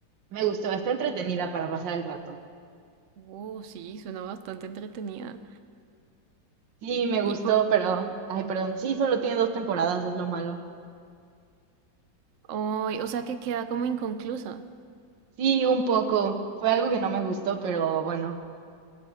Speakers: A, on the right (about 75°); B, on the right (about 60°).
A: Me gustó, está entretenida para pasar el rato.
B: Uh, sí, suena bastante entretenida.
A: Sí, me gustó,
B: Y po-
A: pero, ay, perdón, sí, solo tiene dos temporadas, es lo malo.
B: ay, o sea que queda como inconclusa.
A: Sí, un poco, fue algo que no me gustó, pero bueno,